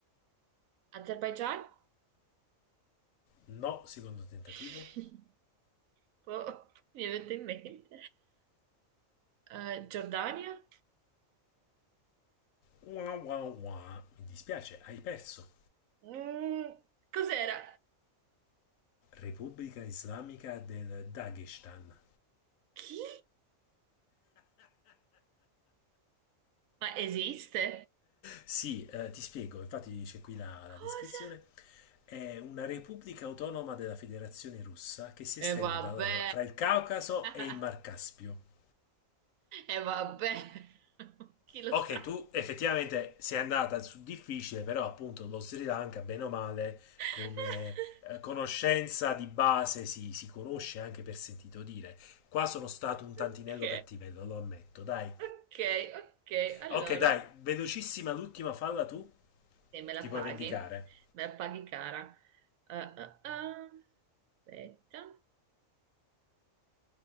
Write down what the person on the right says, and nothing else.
Azerbaigian?
<laughs> Oh, mi è venuto in mente. Eh, Giordania?
Mm, cos'era?
Chi? Ma esiste?
Cosa?
E vabbè.
<laughs>
E vabbè. <laughs> Chi lo
sa?
<laughs>
Ok.
Ok, ok. Allora,
e me la
paghi.
Me la paghi cara. Ah, ah, ah. Aspetta.